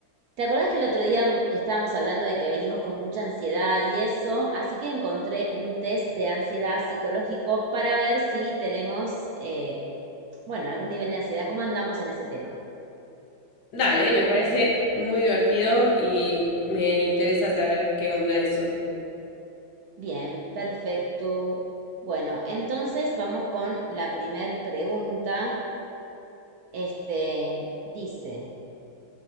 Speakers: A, on the right; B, on the left.
A: ¿Te acordás que el otro día estábamos hablando de que venimos con mucha ansiedad y eso? Así que encontré un test de ansiedad psicológico para ver si tenemos, eh, bueno, algún nivel de ansiedad, cómo andamos en ese tema.
B: dale, me parece muy divertido y me interesa saber qué onda eso.
A: Bien, perfecto. Bueno, entonces vamos con la primer pregunta. Este dice.